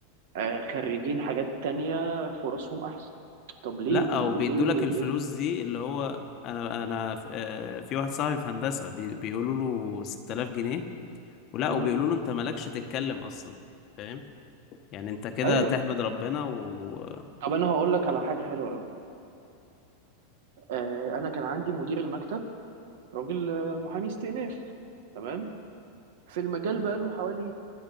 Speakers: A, on the right; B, on the left.
A: آه، خريجين حاجات تانية فرصهم احسن طب ليه
B: لا
A: ليه
B: وبيدوا لك الفلوس
A: ليه
B: دي اللي هو انا انا ف- آه، في واحد صاحبي في هندسه بي- بيقولوا له 6000 جنيه ولا
A: مم.
B: وبيقولوا له انت مالكش تتكلم اصلا فاهم يعني انت كده
A: ايوه
B: تحمد ربنا وتمام
A: طب انا هقول لك على حاجه حلوه قوي آه انا كان عندي مدير المكتب راجل آه، محامي استئناف تمام في المجال بقاله حوالي